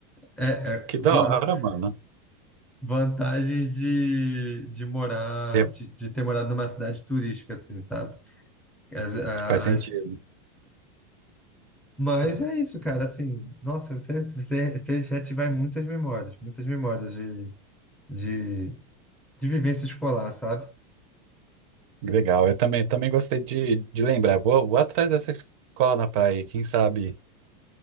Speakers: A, in the centre; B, on the right (about 55°).
A: É, é,
B: Que
A: van-
B: da hora,
A: <laughs>
B: mano.
A: vantagens de, de morar,
B: É,
A: de, de ter morado numa cidade turística, assim, sabe? As, a-
B: Faz sentido.
A: as Mas é isso, cara. Assim, nossa, você, você fez reativar muitas memórias, muitas memórias de, de, de vivência escolar, sabe?
B: Legal, eu também, também gostei de, de lembrar. Vou, vou atrás dessa escola na praia, quem sabe?